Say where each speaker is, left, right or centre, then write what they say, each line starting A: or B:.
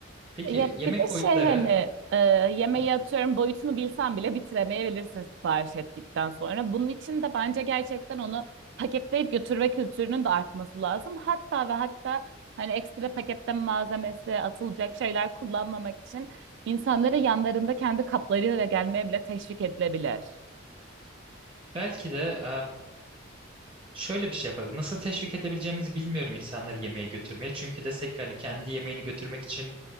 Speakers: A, on the right; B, on the right.
A: Peki
B: Ya
A: yemek
B: bir de
A: boyutları
B: şey hani e, yemeği
A: hı,
B: atıyorum boyutunu bilsen bile bitiremeyebilirsin sipariş ettikten sonra. Bunun için de bence gerçekten onu paketleyip götürme kültürünün de artması lazım. Hatta ve hatta hani ekstra paketten malzemesi atılacak şeyler kullanmamak için İnsanlara yanlarında kendi kaplarıyla gelmeye bile teşvik edilebilir.
A: belki de Şöyle bir şey yapabilir. Nasıl teşvik edebileceğimizi bilmiyorum insanları yemeğe götürmeye. Çünkü desek ki hani kendi yemeğini götürmek için